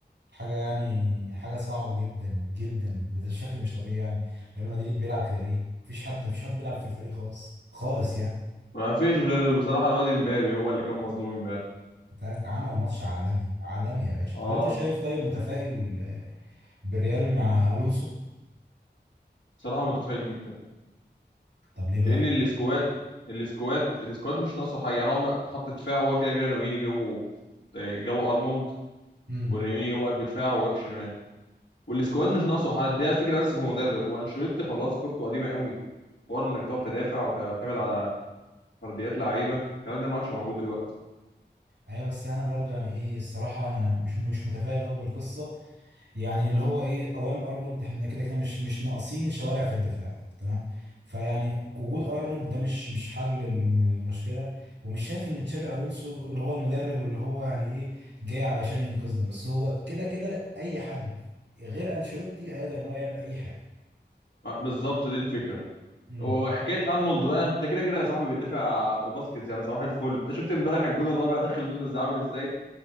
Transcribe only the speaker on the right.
حاجة يعني حاجة صعبة جدا جدا بشكل مش طبيعي يعني ريال مدريد بيلعب كده ليه؟ مفيش حد مفيش حد بيلعب في الفريق خالص خالص يعني
ده عمل ماتش عالمي عالمي يا باشا
طب انت شايف طيب متفائل آه، بالريال مع الونسو؟
طب ليه بقى؟
امم
ايوه بس انا برضو يعني ايه الصراحة انا مش مش متفائل قوي بالقصة يعني اللي هو ايه اولا ارنولد احنا كده كده مش مش ناقصين شوارع في الدفاع تمام فيعني وجود ارنولد ده مش مش حل للم- للمشكله ومش شايف ان تشابي الونسو اللي هو المدرب اللي هو يعني ايه جاي علشان ينقذنا بس هو كده كده اي حد غير انشيلوتي هيقدر ان هو يعمل اي حاجه
امم